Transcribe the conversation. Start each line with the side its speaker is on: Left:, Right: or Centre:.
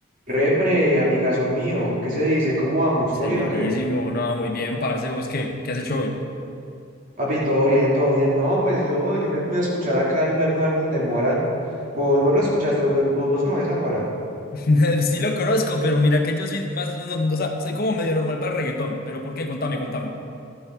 Right: Repre, amigazo mío, ¿qué se dice? ¿Cómo vamos?
Left: Señorísimo,
Right: ¿Todo bien o qué?
Left: no, muy bien, parce, ¿vos qué? ¿Qué has hecho hoy?
Right: Papi, todo bien, todo bien. No, pues yo, yo me puse a escuchar acá el, el nuevo álbum de Mora. ¿Vos, vos lo escuchaste? ¿Vos, vos, vos- vos conoces a Mora?
Left: <laughs> Sí lo conozco, pero mira que yo soy más, no, no, no, o sea, soy como medio normal para el reggaetón, pero ¿por qué? Contame, contame.